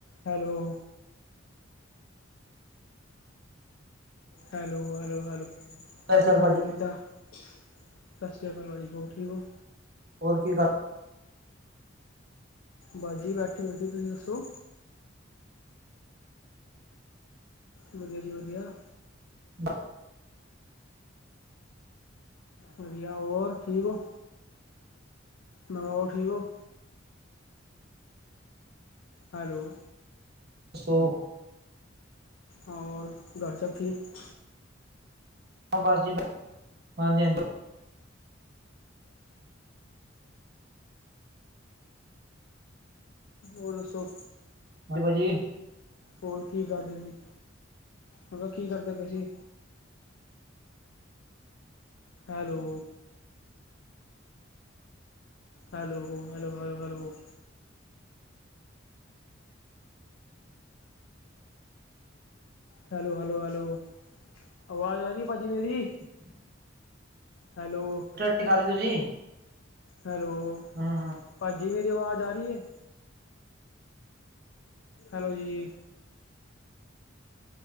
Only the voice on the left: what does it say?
Hello, hello, hello, hello ਹਾਂਜੀ।
ਭਾਜੀ
ਕਿੱਦਾਂ? ਸਤਿ ਸ੍ਰੀ ਅਕਾਲ। ਭਾਜੀ ਹੋਰ ਠੀਕ ਹੋ।
ਬਸ ਜੀ ਬੈਠੇ ਹੋ ਸੀ। ਤੁਸੀਂ ਦੱਸੋ? ਵਧੀਆ ਜੀ ਵਧੀਆ।
ਵਧੀਆ ਹੋਰ ਠੀਕ ਹੋ। ਮੈਂ ਹੋਰ ਠੀਕ ਹੋ। ਹੈਲੋ,
ਔਰ ਘਰ ਸਭ ਠੀਕ।
ਹੋ ਸੌ
ਹੋਰ ਕੀ ਕਰਦੇ ਸੀ। ਮਤਲਬ ਕੀ ਕਰਦੇ ਪਏ ਸੀ। Hello, hello, hello, hello, hello hello, hello, hello ਆਵਾਜ਼ ਆਹੀ ਹੈ ਭਾਜੀ ਮੇਰੀ।
ਹੈਲੋ,
ਹੈਲੋ,
ਭਾਜੀ ਮੇਰੀ ਆਵਾਜ਼ ਆ ਰਹੀ ਹੈ। ਹੈਲੋ ਜੀ,